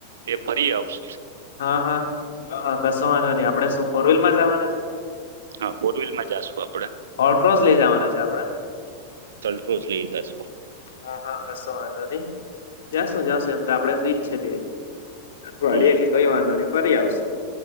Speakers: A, on the right (about 65°); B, on the left (about 60°).
A: એ ફરી આવશ
B: હા હા હ કશો વાંધો નહી આપડે સુપોરવેલમાં જવાના
A: હા ફોર વ્હીલ માં જશું આપ
B: ઓટોજ લઈ જવાના છે આપડે
A: રોજ લઈ જશે
B: હા હા કશો વાંધો નહી જાશું જાશું એમ તો આપડે ફ્રીજ છે તે અઠવાડિે
A: હમ
B: એટલે કઈ વાંધો નહી ફરી આવશું